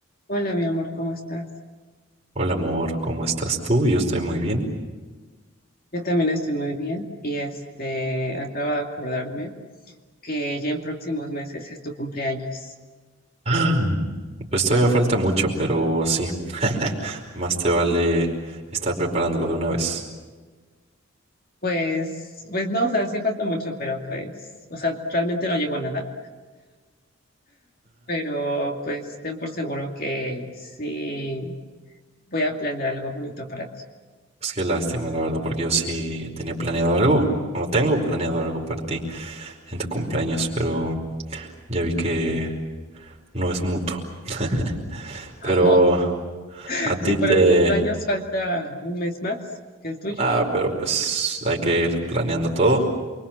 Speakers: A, on the left (about 45°); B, on the right (about 30°).
A: Hola, mi amor, ¿cómo estás?
B: Hola amor, ¿cómo estás tú? Yo estoy muy bien.
A: Yo también estoy muy bien y este, acabo de acordarme que ya en próximos meses es tu cumpleaños.
B: Ah. Pues todavía falta mucho, pero sí, <laughs> más te vale estar preparándolo de una vez.
A: Pues, pues no, o sea, sí falta mucho, pero pues, o sea, realmente no llevo nada, pero pues ten por seguro que sí voy a planear algo bonito para ti.
B: Pues qué lástima, la verdad, porque yo sí tenía planeado algo, o tengo planeado algo para ti en tu cumpleaños, pero ya vi que no es mutuo. <laughs> Pero
A: <laughs>
B: a ti
A: Sí, para
B: te...
A: mi cumpleaños falta un mes más que el tuyo.
B: Ah, pero pues hay que ir planeando todo